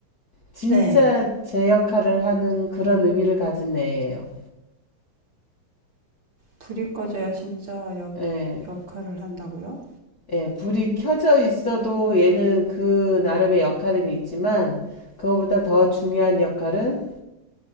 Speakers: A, on the left; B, on the right.
A: 진짜
B: 네,
A: 제 역할을 하는 그런 의미를 가진 애예요.
B: 불이 꺼져야 진짜 역,
A: 예,
B: 역할을 한다고요?
A: 예, 불이 켜져 있어도 얘는 그 나름의 역할은 있지만, 그거보다 더 중요한 역할은